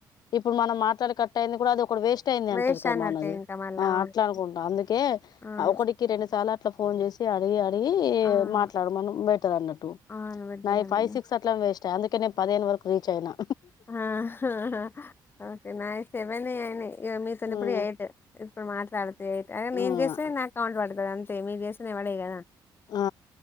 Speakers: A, on the left (about 60°); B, on the left (about 30°).
A: ఇప్పుడు మనం మాట్లాడి కట్టైది గూడా అది ఒకటి వేస్ట్ అయ్యింది అంటుంరు
B: వేస్ట్
A: కదా
B: అన్నట్టే
A: మనది.
B: ఇంకా మళ్ళా.
A: ఆహ్
B: అవును.
A: అట్లా అనుకుంటా అందుకే.
B: అవును.
A: ఆహ్ ఒకటికి రెండు సార్లు అట్లా ఫోన్ జేసి అడిగి అడ్ ఈ
B: అవును.
A: మాట్లాడమను బెటర్ అన్నట్టు
B: అవును. బిడ్డనే
A: నాయ్ ఫైవ్
B: బిడ్డ.
A: సిక్స్ అట్లా వెస్ట్. చ అందుకానే పదహైను వరకు రిచ్ అయినా.
B: ఆహ్ హ్ నావి సేవెనే ఆయినైయి మీతోన్నిప్పుడు
A: ఉమ్,
B: ఎయిట్. ఇప్పుడు మాట్లాడితేకా ఆహ్
A: ఉమ్.
B: మేంజేస్తే నాకు కౌంట్ వడుతది అంతే మీరు జేస్తేనే వాడవిగాదా.
A: ఆ